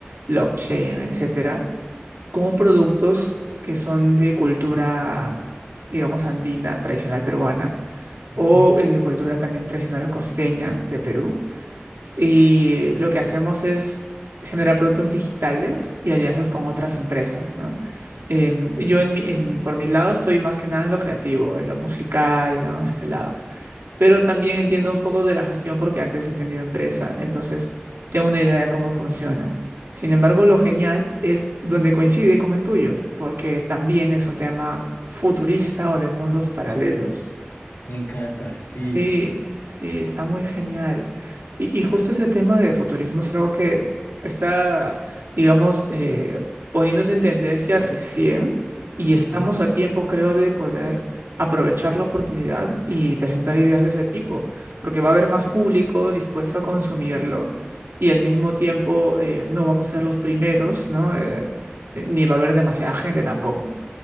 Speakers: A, on the right; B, on the left.
A: blockchain, etcétera, con productos que son de cultura, digamos, andina, tradicional peruana,
B: Ujú.
A: o eh, cultura también tradicional costeña de Perú y lo que hacemos es generar productos digitales y alianzas con otras empresas, ¿no? Eh, yo en mi- en- por mi lado estoy más que nada en lo creativo, en lo musical, ¿no? En este lado. Pero también entiendo un poco de la gestión porque antes he tenido empresa, entonces tengo una idea de cómo funciona. Sin embargo, lo genial es donde coincide con el tuyo, porque también es un tema futurista o de mundos paralelos.
B: Ah, Me encanta, sí.
A: Sí, sí, está muy genial. Y, y justo ese tema de futurismo es algo que está, digamos, eh, poniéndose en tendencia recién y estamos
B: Ujú.
A: a tiempo, creo, de poder aprovechar la oportunidad y presentar ideas de ese tipo, porque va a haber más público dispuesto a consumirlo y al mismo tiempo eh, no vamos a ser los primeros, ¿no? Eh, ni va a haber demasiada gente tampoco.